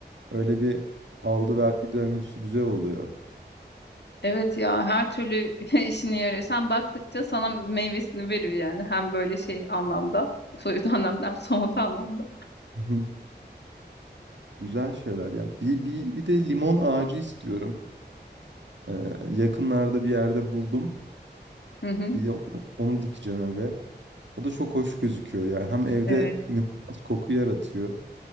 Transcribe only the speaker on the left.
Evet ya her türlü <laughs> işine yarıyor. Sen baktıkça sana meyvesini veriyor yani. Hem böyle şey anlamda, soyut <laughs> anlamda hem somut anlamda.
Hı hı.
Evet.